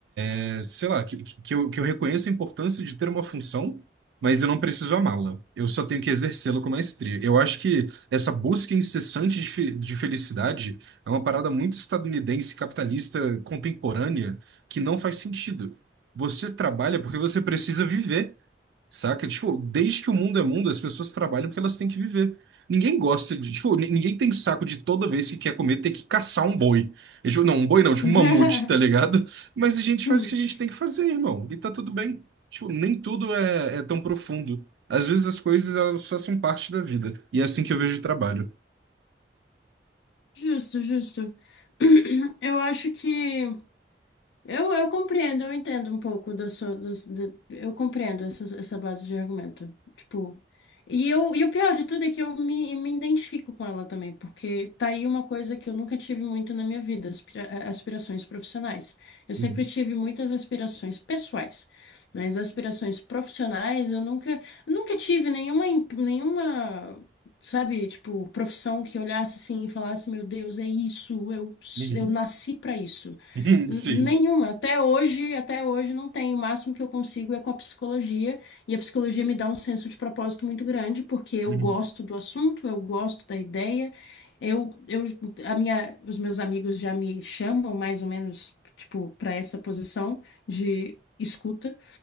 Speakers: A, on the right; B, on the left.
A: é, sei lá, que, que, eu, que eu reconheço a importância de ter uma função, mas eu não preciso amá-la. Eu só tenho que exercê-la com maestria. Eu acho que essa busca incessante de, fe- de felicidade é uma parada muito estadunidense, capitalista, contemporânea, que não faz sentido. Você trabalha porque você precisa viver. Saca? Tipo, desde que o mundo é mundo, as pessoas trabalham porque elas têm que viver. Ninguém gosta de, tipo, ni- ninguém tem saco de toda vez que quer comer ter que caçar um boi. E, tipo, não, um boi não, tipo,
B: <laughs>
A: um mamute, tá ligado? <laughs> Mas a gente
B: Sim,
A: faz o que a gente tem que fazer, irmão. E tá tudo bem. Tipo, nem tudo é, é tão profundo. Às vezes as coisas, elas só são parte da vida. E é assim que eu vejo o trabalho.
B: justo, justo. <clears throat> Eu acho que. Eu, eu compreendo, eu entendo um pouco da sua, dos- do- eu compreendo essa, essa base de argumento. Tipo, e eu, e o pior de tudo é que eu me, me identifico com ela também, porque tá aí uma coisa que eu nunca tive muito na minha vida, aspira- aspirações profissionais. Eu sempre
A: Uhum,
B: tive muitas aspirações pessoais, mas aspirações profissionais eu nunca, eu nunca tive nenhuma, imp- nenhuma Sabe, tipo, profissão que olhasse assim e falasse, meu Deus, é isso, eu,
A: uhum,
B: eu nasci pra isso.
A: <laughs>
B: N-
A: Sim.
B: Nenhuma. Até hoje, até hoje não tem. O máximo que eu consigo é com a psicologia, e a psicologia me dá um senso de propósito muito grande, porque eu
A: uhum,
B: gosto do assunto, eu gosto da ideia. Eu, eu, a minha, os meus amigos já me chamam mais ou menos, tipo, para essa posição de escuta.